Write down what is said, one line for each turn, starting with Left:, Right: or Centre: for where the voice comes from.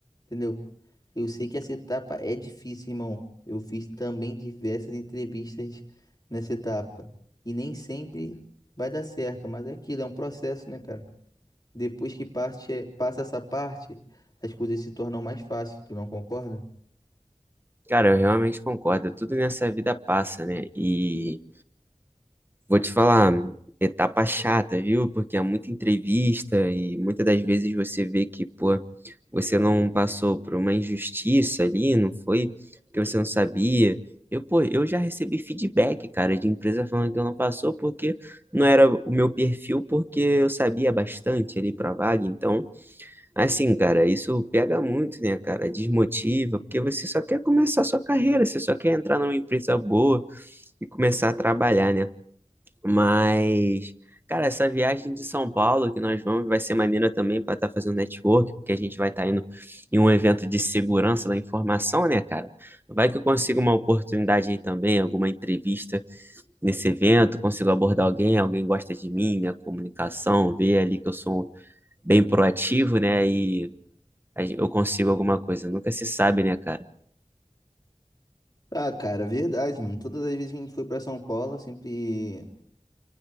Left: Entendeu? Eu sei que essa etapa é difícil, irmão. Eu fiz também diversas entrevistas nessa etapa. E nem sempre vai dar certo, mas é aquilo, é um processo, né, cara? Depois que parte, é- passa essa parte, as coisas se tornam mais fáceis, tu não concorda?
Right: Cara, eu realmente concordo, tudo nessa vida passa, né? E. Vou te falar, etapa chata, viu? Porque é muita entrevista e muitas das vezes você vê que, pô, você não passou por uma injustiça ali, não foi porque você não sabia. Eu, pô, eu já recebi feedback, cara, de empresa falando que eu não passou porque não era o meu perfil, porque eu sabia bastante ali pra vaga. Então, assim, cara, isso pega muito, né, cara? Desmotiva, porque você só quer começar a sua carreira, você só quer entrar numa empresa boa e começar a trabalhar, né? Mas, cara, essa viagem de São Paulo que nós vamos vai ser maneira também para estar fazendo network, porque a gente vai estar indo em um evento de segurança da informação, né, cara? Vai que eu consigo uma oportunidade aí também, alguma entrevista nesse evento, consigo abordar alguém, alguém gosta de mim, minha comunicação, ver ali que eu sou bem proativo, né, e a gen- eu consigo alguma coisa. Nunca se sabe, né, cara?
Left: Ah, cara, verdade, mano. Todas as vezes que a gente foi pra São Paulo, sempre,